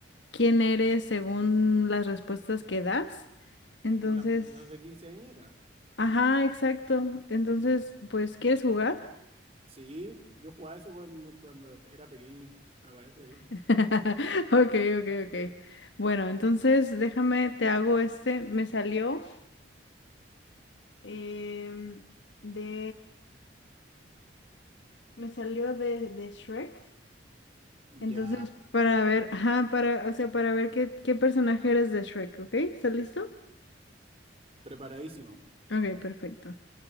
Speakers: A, on the left (about 70°); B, on the right (about 30°).
A: quién eres según las respuestas que das. Entonces,
B: Como las, las de quinceañera.
A: ajá, exacto. Entonces, pues, ¿quieres jugar?
B: Sí, yo jugaba eso cuando, cuando era pequeño, me parece bien.
A: <laughs> Ok, ok, ok. Bueno, entonces déjame, te hago este. Me salió em, de. Me salió de, de Shrek. Entonces,
B: Ya,
A: para ver, ajá, para, o sea, para ver qué, qué personaje eres de Shrek, ¿ok? ¿Estás listo?
B: preparadísimo.
A: Ok, perfecto.